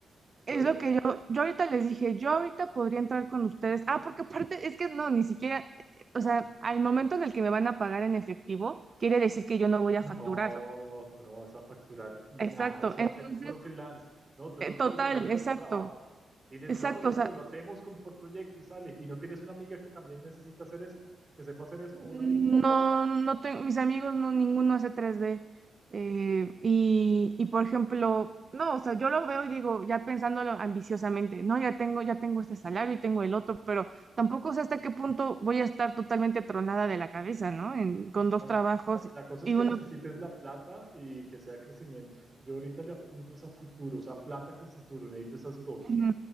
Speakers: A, on the right (about 25°); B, on the right (about 40°).
A: ¿se puede?
B: Es lo que yo, yo ahorita les dije, yo ahorita podría entrar con ustedes. Ah, porque aparte es que no, ni siquiera, eh, o sea, al momento en el que me van a pagar en efectivo, quiere decir que yo no voy
A: No,
B: a facturar.
A: tú no vas a facturar nada,
B: Exacto.
A: eso
B: Entonces,
A: va a ser puro freelance. No, tú
B: eh,
A: no
B: total,
A: puedes dejar el
B: exacto,
A: otro trabajo. Diles,
B: exacto.
A: no, listo,
B: O sea,
A: lo hacemos con, por proyecto y sale. ¿Y no tienes una amiga que también necesita hacer eso? ¿Que sepa hacer eso? ¿O
B: No,
A: un amigo?
B: no tengo, mis amigos no, ninguno hace tres d eh, y, y por ejemplo, no, o sea, yo lo veo y digo, ya pensándolo ambiciosamente, no, ya tengo, ya tengo este salario y tengo el otro, pero tampoco sé hasta qué punto voy a estar totalmente tronada de la cabeza, ¿no? En- con dos
A: La,
B: trabajos
A: la cosa
B: y
A: es que
B: uno.
A: necesites la plata y que sea crecimiento. Yo ahorita le apunto es a futuro, o sea, plata con futuro, necesito esas dos.
B: Ujú,